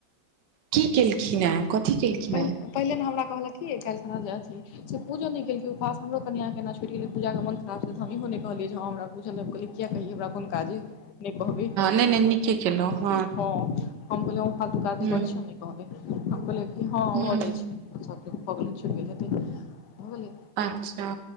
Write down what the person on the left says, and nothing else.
पहिले
पहिले हमरा कहलक कि जे काल्हिखना जे अथी। से पूजो नहि केलकै उपास हमर कनियांके केना छुटि गेलै, पूजा के मन खराब छलै, तऽ हम इहो नहि कहलियै हँ हमरा बुझल रहै हम कहलै किया कहिये हमरा कोन काजे नै कहबे।
ह हम कहलिये हम फालतू काज
नै करै छी, हम नै हम कहलिये है भऽ
जाइ छै, भऽ गेल छुटि गेल हेते भऽ गेले।